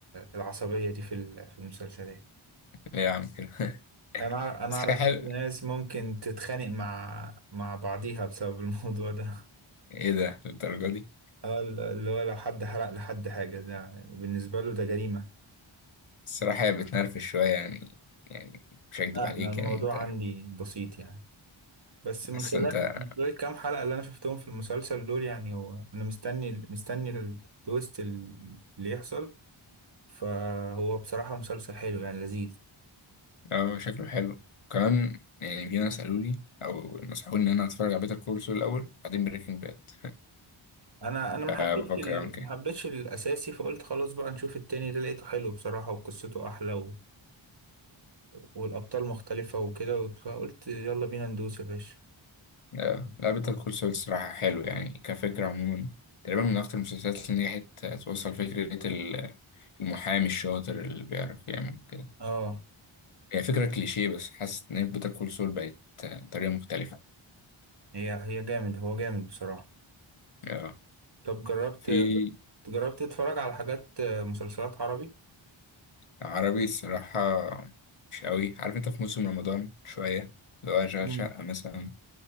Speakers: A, on the right (about 55°); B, on the left (about 80°).
A: العصبية دي في ال- في المسلسلات
B: ليه يا عم كده
A: انا
B: <laughs>
A: أعرف- انا
B: بس
A: اعرف
B: حاجة حلوة
A: ناس ممكن تتخانق مع مع بعضيها بسبب الموضوع ده
B: ايه ده للدرجة دي
A: اه اللي هو لو حد حرق لحد حاجة ده بالنسبة له ده جريمة
B: الصراحة هي بتنرفز شوية يعني يعني مش هكدب
A: لا
B: عليك
A: انا الموضوع
B: يعني انت
A: عندي بسيط يعني بس من
B: بس
A: خلال
B: انت
A: من خلال الكام حلقة اللي انا شفتهم في المسلسل دول يعني هو انا مستني مستني التويست اللي يحصل فهو بصراحة مسلسل حلو يعني لذيذ
B: اه شكله حلو كمان يعني في ناس قالوا لي او نصحوني ان انا اتفرج على بيتر كول سول الاول بعدين بريكنج باد
A: انا انا ما حبيتش
B: فبفكر
A: ال-
B: اعمل كده
A: ما حبيتش الاساسي فقلت خلاص بقى نشوف التاني ده لقيته حلو بصراحة وقصته احلى و... والأبطال مختلفة وكده فقلت يلا بينا ندوس يا باشا
B: اه،
A: <clears throat>
B: لا بيتر
A: طب.
B: كول سول الصراحة حلو يعني كفكرة عموما تقريبا من اكتر المسلسلات اللي نجحت توصل فكرة ال- المحامي الشاطر اللي بيعرف يعمل كده
A: اه
B: هي فكرة كليشيه بس حاسس إن بيتر كول سول بقت آه، طريقة مختلفة
A: هي هي جامد هو جامد بصراحة
B: آه.
A: طب جربت
B: في
A: جربت تتفرج على حاجات مسلسلات عربي
B: عربي الصراحة مش قوي عارف أنت في موسم رمضان شوية لو أشغل
A: مم.
B: شقة مثلا